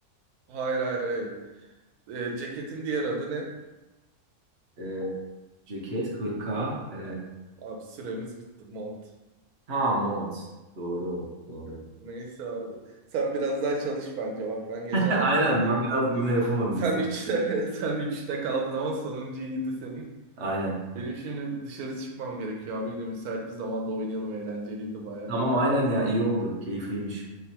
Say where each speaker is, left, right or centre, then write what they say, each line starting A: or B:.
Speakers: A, on the right; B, on the right.
A: Hayır hayır hayır. Ee, ceketin diğer adı ne?
B: e, ceket, hırka, e,
A: Tamam. Abi süremiz bitti. Mont.
B: ha mont. Doğru, doğru.
A: Neyse abi. Sen biraz daha çalış bence. Bak ben geçen
B: <laughs>
A: 6
B: Aynen
A: tane
B: ben
A: bildim.
B: biraz bunu yapamadım
A: Sen
B: bu sefer.
A: üçte <laughs> sen üçte kaldın ama sonuncu iyiydi senin.
B: Aynen.
A: Benim şimdi dışarı çıkmam gerekiyor abi. Yine müsait bir zamanda oynayalım. Eğlenceliydi baya.
B: Tamam aynen ya iyi oldu. Keyifliymiş.